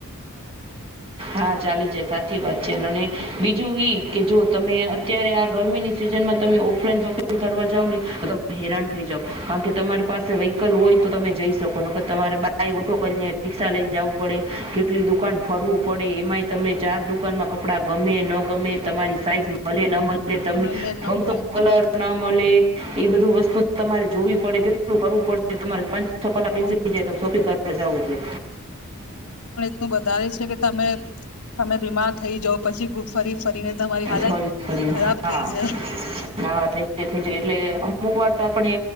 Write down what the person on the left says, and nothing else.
મળે ન
મળે
બહુ
બ વધારે છે કે તમે તમે બીમાર થઈ જાવ પછી <unintelligible> ફરી ફરીને તમારી હાલત
ખરાબ
થઈ જાય